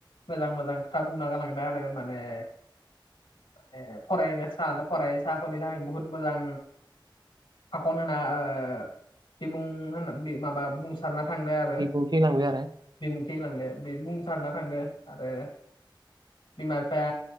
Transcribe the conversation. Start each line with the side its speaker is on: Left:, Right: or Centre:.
Left: मोजां -मोजां खोथा बुंना गालांदों आरो माने ने फरायनो फरायसाफोरनि थाखाय बहुत मोजां। भाखन होना ओ बिबुं होनो बि माबा बुं सारना थांदो आरो
Right: बिबुंथि होलांबाय आरो
Left: बिबुंथि होलांदो बे बुंसारना थांदो आरो बिमा बिफाया